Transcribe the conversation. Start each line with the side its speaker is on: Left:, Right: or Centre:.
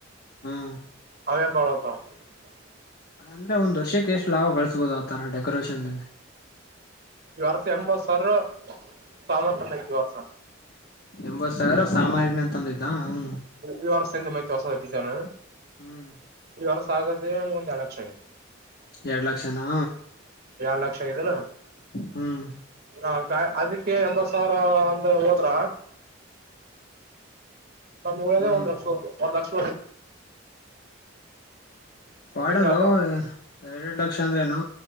Left: ಹ್ಮ್
Right: <unintelligible>
Left: ಅದಂದ್ರೆ ಒಂದ್ ವರ್ಷಕ್ಕೆ ಎಷ್ಟು ಲಾಭ ಗಳಿಸಬೋದು ಆತರ ಡೆಕೋರೇಷನ್ಲ್ಲಿ
Right: ಈ ವರ್ಷ ಎಂಬತ್ ಸಾವಿರ ಸಾಮಾನಿಗೆ ಆಯ್ತು ಈ ವರ್ಷ
Left: ಎಂಬತ್ತು ಸಾವಿರ ಸಾಮಾನೇ ತಂದಿದ್ದ ಹ್ಮ
Right: ಈ ವರ್ಷ ಹೊಸ ಡಿಸೈನ್
Left: ಹ್ಮ್
Right: ಈ ವರ್ಷ ಸಾಗದೆ ಒಂದು ಎರಡು ಲಕ್ಷ ಆಗ್ದೇ
Left: ಎರಡ್ ಲಕ್ಷನಾ
Right: ಎರಡು ಲಕ್ಷ ಅಗಿದೇನಾ
Left: ಹ್ಮ್
Right: ಆ ಅದಿಕ್ಕೆ ಒಂದು ಎಂಬತ್ತು ಸಾವಿರ ಅಂತ ಹೋದ್ರ ನಮಗೆ ಉಳಿಯೋದೆ
Left: ಹ್ಮ್
Right: ಒಂದ್ ಲಕ್ಷ ಒಂದ್ ಲಕ್ಷ
Left: ಪಾಡಲ್ಲೋ
Right: ಹಿಂಗಾತವ
Left: ಎರಡ್ ಎರಡ್ ಲಕ್ಷ ಅಂದ್ರೇನು